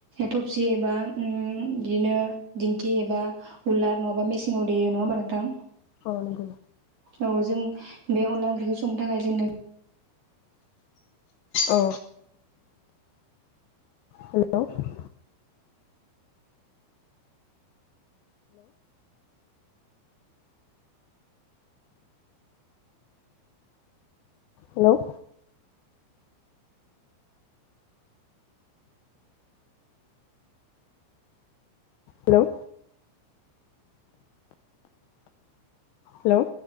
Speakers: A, on the right; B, on the left.
A: थफसि एबा उम गिदिनो दिंखि एबा उलार नङाबा मिसिंआव देयो नङा होनबा नों थां
B: औ नोंगौ।
A: औ जों बे अनला ओंख्रिखौ संनो थाखाय जोंनो
B: औ हेल' हेल' हेल' हेल' हेल'